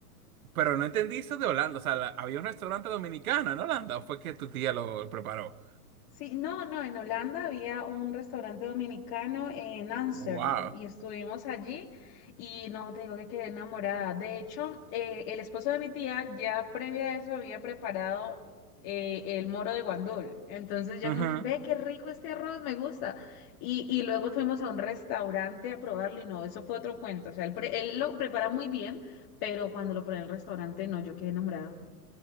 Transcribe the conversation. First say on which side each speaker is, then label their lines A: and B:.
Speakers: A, on the right; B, on the left.
A: Pero no entendí eso de Holanda. O sea, la- había un restaurante dominicano en Holanda, ¿o fue que tu tía lo preparó?
B: Sí, no, no, en Holanda había un restaurante dominicano en Ámsterdam
A: Wow.
B: y estuvimos allí y no te digo que quedé enamorada. De hecho, eh, el esposo de mi tía ya previo a eso había preparado eh, el moro de guandul. Entonces ya
A: Ujú.
B: como que, ve qué rico este arroz, me gusta. Y, y luego fuimos a un restaurante a probarlo y no, eso fue otro cuento. O sea, él, pre- él lo prepara muy bien, pero cuando lo probé en el restaurante, no, yo quedé enamorada.